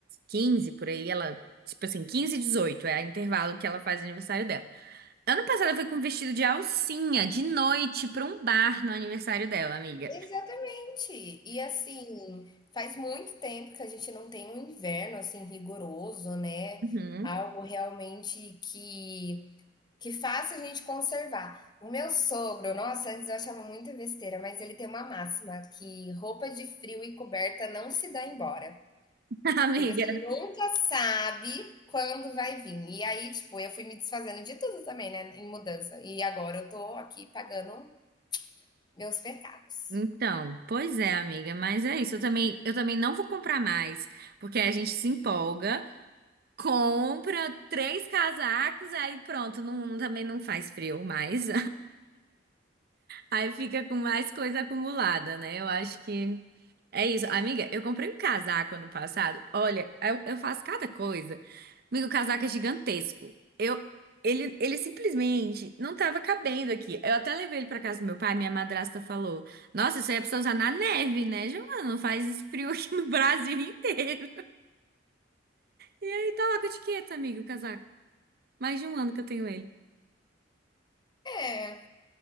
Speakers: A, on the right (about 50°); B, on the left (about 20°).
A: quinze por aí, ela, tipo assim, 15 e 18 é o intervalo que ela faz aniversário dela. Ano passado eu fui com um vestido de alcinha de noite pra um bar no aniversário dela, amiga.
B: Exatamente. E assim, faz muito tempo que a gente não tem um inverno assim rigoroso, né?
A: Uhum.
B: Algo realmente que que faça a gente conservar. O meu sogro, nossa, antes eu achava muita besteira, mas ele tem uma máxima que roupa de frio e coberta não se dá embora,
A: <laughs> Amiga,
B: porque você nunca sabe quando vai vir. E aí, tipo, eu fui me desfazendo de tudo também, né, em mudança. E agora eu tô aqui pagando meus pecados.
A: Então, pois é, amiga, mas é isso. Eu também, eu também não vou comprar mais, porque a gente se empolga, compra três casacos, aí pronto, não, também não faz frio mais. Aí fica com mais coisa acumulada, né? Eu acho que é isso. Amiga, eu comprei um casaco ano passado. Olha, eu, eu faço cada coisa. Amigo, o casaco é gigantesco. Eu, ele, ele simplesmente não tava cabendo aqui. Eu até levei ele pra casa do meu pai, minha madrasta falou: Nossa, isso aí é pra você usar na neve, né, Giovana? Não faz esse frio aqui no <laughs> Brasil inteiro. E aí tá lá com etiqueta, amigo, o casaco. Mais de um ano que eu tenho ele.
B: É,